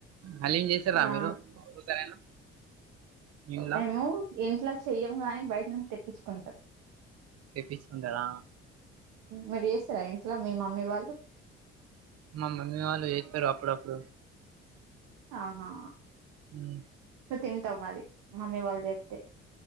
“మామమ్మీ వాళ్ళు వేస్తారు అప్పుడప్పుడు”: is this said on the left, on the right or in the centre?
Right